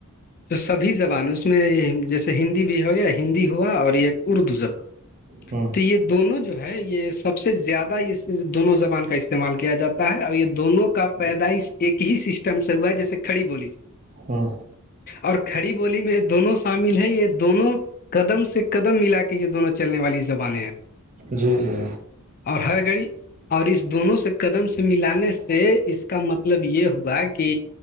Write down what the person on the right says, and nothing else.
ہوں
ہوں
جی جی